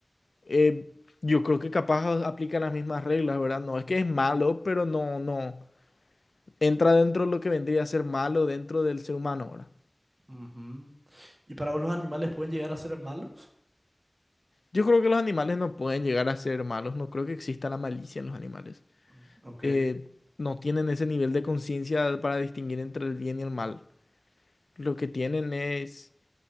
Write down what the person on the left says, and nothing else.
eh, yo creo que capaz aplica las mismas reglas, ¿verdad? No es que es malo, pero no, no entra dentro de lo que vendría a ser malo dentro del ser humano, ¿verdad?
Yo creo que los animales no pueden llegar a ser malos, no creo que exista la malicia en los animales.
Eh, no tienen ese nivel de conciencia para distinguir entre el bien y el mal. Lo que tienen es